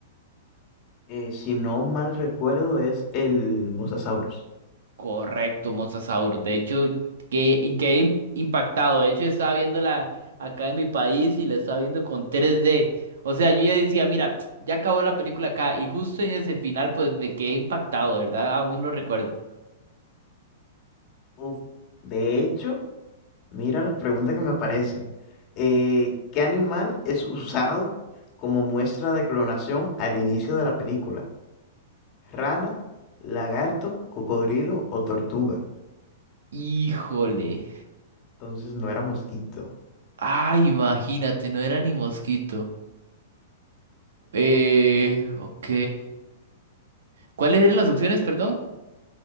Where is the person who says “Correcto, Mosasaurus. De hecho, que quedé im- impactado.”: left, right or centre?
Right